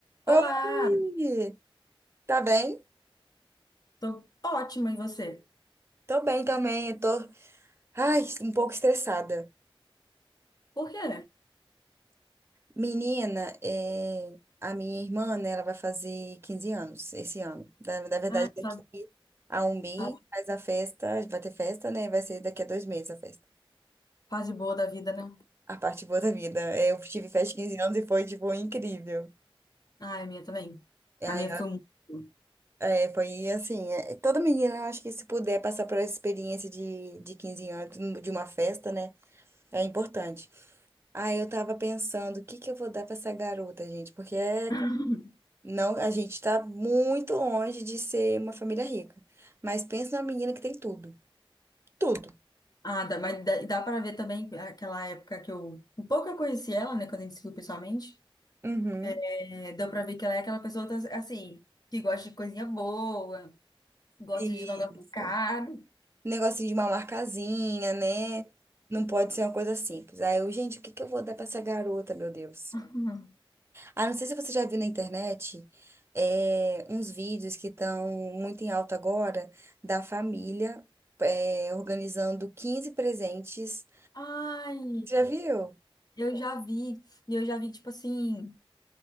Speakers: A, on the right; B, on the left.
A: Oi!
B: Olá,
A: Tá bem?
B: tô ótima, e você?
A: Tô bem também, eu tô, ai, um pouco estressada.
B: Por quê?
A: Menina, é, a minha irmã, né, ela vai fazer 15 anos esse ano. Na, na verdade,
B: Ai,
A: daqui
B: fase,
A: a um mês
B: fase-
A: faz a festa, vai ter festa, né? Vai ser daqui a dois meses a festa.
B: fase boa da vida, né?
A: A parte boa da vida. É, eu tive festa de 15 anos e foi, tipo, incrível.
B: Ai, a minha também.
A: E
B: A
A: aí,
B: minha
A: a-
B: foi muito. boa.
A: é, foi assim, é, toda menina, eu acho que se puder passar por essa experiência de, de 15 anos, de uma festa, né, é importante. Ah, eu tava pensando, o que que eu vou dar pra essa garota, gente? Porque é-
B: <laughs>
A: não, a gente tá muito longe de ser uma família rica. Mas pensa numa menina que tem tudo. Tudo.
B: Ah, dá, mas dá, dá pra ver também aquela época que eu. Um pouco eu conheci ela, né, quando a gente se viu pessoalmente.
A: Uhum.
B: É, deu pra ver que ela é aquela pessoa, tá- assim, que gosta de coisinha boa, gosta
A: Isso.
B: de negócio caro.
A: Negocinho de uma marcazinha, né? Não pode ser uma coisa simples. Aí eu, gente, o que que eu vou dar pra essa garota, meu Deus?
B: <laughs>
A: Ah, não sei se você já viu na internet, é, uns vídeos que estão muito em alta agora da família, é, organizando 15 presentes.
B: Ai,
A: Você já viu?
B: eu já vi, e eu já vi, tipo assim.